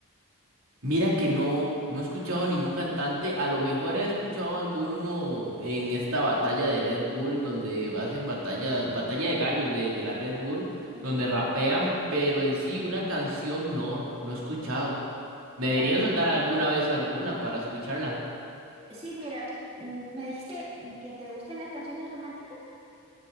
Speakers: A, on the right; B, on the right.
A: Mira que no, no he escuchado ningún cantante. A lo mejor he escuchado alguno en esta batalla de Red Bull, donde hacen batalla, batalla de gallos de, de la Red Bull,
B: Mm,
A: donde rapean, pero en sí una canción no, no he escuchado. ¿Me deberías
B: ya,
A: mandar alguna vez alguna para escucharla?
B: sí, mira, mm, me dijiste que te gustan las canciones románticas.